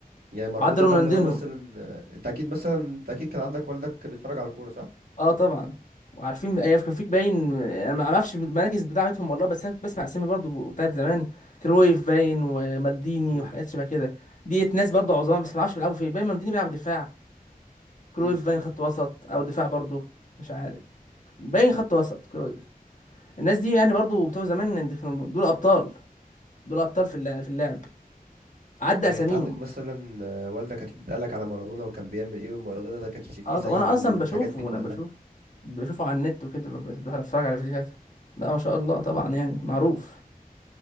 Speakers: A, on the right; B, on the left.
A: يعني مارادونا
B: وعدى رونالدينو
A: ده اللي هو مثلا آه، انت اكيد مثلا انت اكيد كان عندك والدك بيتفرج على كورة صح؟
B: اه طبعا وعارفين ايام كان فيك باين انا ما اعرفش المراكز بتاعتهم والله بس انا كنت بسمع اسامي برضو بتاعت زمان كرويف باين ومالديني
A: امم
B: وحاجات شبه كده ديت ناس برضو عظام بس ما اعرفش بيلعبوا فين باين مالديني بيلعب دفاع كرويف
A: امم
B: باين خط وسط او دفاع برضو مش عارف باين خط وسط كرويف الناس دي يعني برضو بتوع زمان دي كانوا- دول ابطال دول ابطال في اللع- في اللعب عدى
A: يعني
B: اساميهم
A: انت عندك مثلا آه، والدك اكيد قالك على مارادونا وكان بيعمل ايه ومارادونا ده كانش فيه
B: اه
A: زيه
B: طب انا اصلا
A: والحاجات
B: بشوفه
A: دي
B: وانا
A: كلها
B: بشوف بشوفه على النت وكده ب- ب- بتفرج على فيديوهاته لا ما شاء الله طبعا يعني معروف